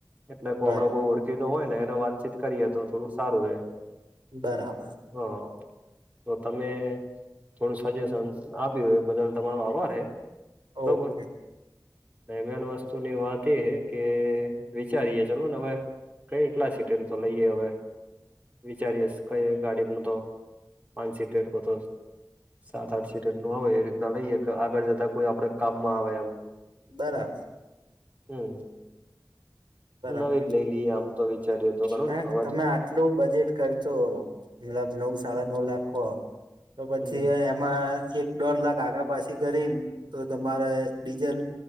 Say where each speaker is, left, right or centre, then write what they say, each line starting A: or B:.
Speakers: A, on the right (about 20°); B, on the right (about 90°).
A: એટલે આપડે
B: બરાબર
A: બોવ ઓળખીતા હોય ને, એને વાતચીત કરીએ તો, થોડું સારું રે.
B: બરાબર.
A: હ તો તમે થોડું સજેશન આપ્યું એ બદલ તમારો આભાર હે બરોબર.
B: ઓકે.
A: ને મેન વસ્તુની વાત એ હે કે વિચારીએ ચાલો ને હવે કઈ એટલા સિટેલ તો લઈએ હવે. વિચારીઆસ કઈ અવે ગાડી ન તો પાંચ સીટર હોતો સાત આઠ સીટરનો હોય એ રીતના લઈએ કે આગળ જતા કોઈ આપડે કામમાં આવે એમ.
B: બરાબર.
A: હમમ
B: બરાબર
A: નવી જ લઈ લઈએ આમ તો, વિચાર્યું તો ગણો
B: હા,
A: ને હવે
B: તમે
A: તો
B: આટલું બજેટ ખર્ચો મબ નવ સાડા નવ લાખો તો પછી
A: હમ
B: એ માં એક દોઢ લાખ આગા પાછી કરી તો તમારે ડીજલ